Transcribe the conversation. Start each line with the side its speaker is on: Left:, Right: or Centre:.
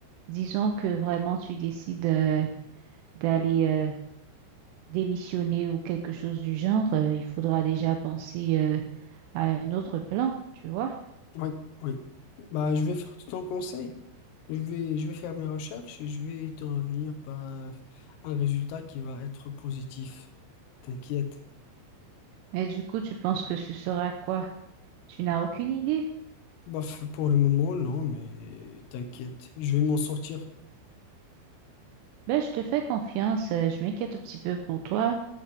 Right: Disons que vraiment tu décides. euh, d'aller euh, démissionner ou quelque chose du genre, euh, il faudra déjà penser euh, à un autre plan, tu vois.
Left: Oui, oui. Bah, je vais faire tout ton conseil. Je vais, je vais faire mes recherches et je vais te revenir par euh, un résultat qui va être positif. T'inquiète.
Right: Mais du coup, tu penses que ce sera quoi? Tu n'as aucune idée?
Left: Baf, pour le moment, non, mais t'inquiète, je vais m'en sortir.
Right: Ben, je te fais confiance, euh, je m'inquiète un petit peu pour toi.